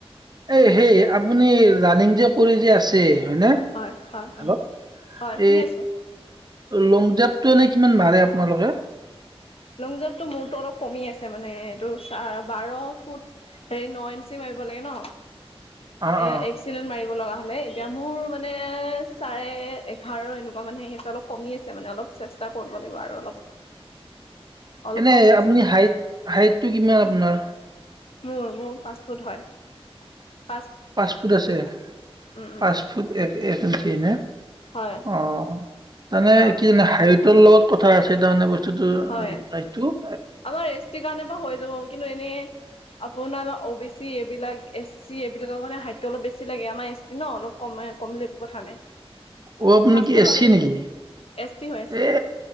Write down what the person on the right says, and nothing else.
<unintelligible> এ হেই আপুনি ৰানিিং যে কৰি যে আছে হয়নে
হেল্ল'
এই
লং জাম্পটো এনে কিমান মাৰে আপোনালোকে?
অঁ
অঁ
এনে
আপুনি হাইট, হাইটটো কিমান আপোনাৰ?
পাঁচ ফুট আছে।
পাঁচ ফুট এক এক ইঞ্চি নে?
অঁ তানে
কি জানে হায়তৰ ল কথা আছে তাৰমানে বস্তু
<unintelligible> -
অঁ আপুনি
কি
এছি
নেকি?
এ